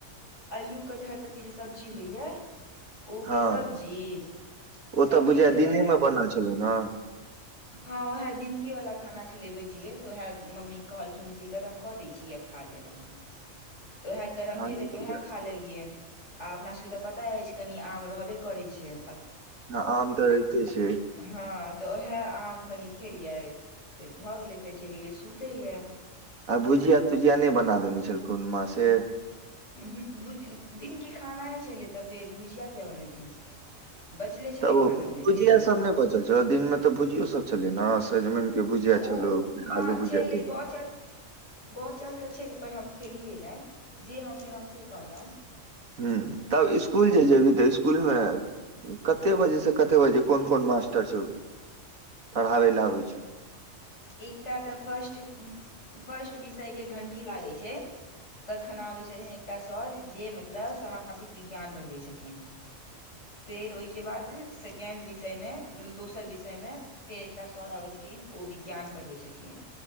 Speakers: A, on the left; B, on the right.
A: आलू कटहरसके जे सब्जी होइया ओ
B: हँ
A: के सब्जी
B: ओ
A: सब्जी
B: तऽ बुझाय
A: छलए
B: दिनेमे बनल छैलौ न
A: हँ उएह दिनके वला खाना छलै बचि गेल तऽ उएह मम्मी कहलखिन जे गरम कऽ दैत छी आ खा लेब आहाँ तऽ उएह गरम
B: हँ
A: भेलै तऽ उएह खा लेलियै आ अपना सबके तऽ पता अछि कनि आम रहबे करै छैय
B: हँ आम तऽ रहैते छय
A: हँ तऽ उएह आम कनि खेलियै फेर भऽ गेलै फेर चलि गेलियै सुतय लए
B: आ भुजिया तुजिया नै बना देने छलखुन माँ से
A: उहूक दिनके खानाये छलै तऽ फेर भुजिया किया बनेथिन बचले छलै
B: तऽ
A: खाना
B: ओ
A: फेर
B: भुजिया
A: दिनमे
B: सब नै बचल छौ दिन मे तऽ भुजियो सब छलै न सजमैन के भुजिया
A: तऽ ओ
B: छलौ
A: हँ
B: आलू भुजिया
A: छलै बचल बचल तऽ छलै पर हम खेलियै नै जे हम खेलौ से कहलौं <inaudible>
B: हूँ तब इस्कुल जे जेबी तऽ इस्कुलमे कते बजेसँ कते बजे कोन कोन मास्टर छौ। पढ़ाबै लए आबै छै
A: एकटा तऽ फर्स्ट फर्स्ट विषयके घण्टी लागै छैय तखन आबै छथिन एकटा सर जे मतलब सामाजिक विज्ञान पढ़बै छथिन फेर ओइके बाद सेकेंड विषय मे मतलब दोसर विषय मे फेर एकटा सर आबै छथिन ओ विज्ञान पढ़बै छथिन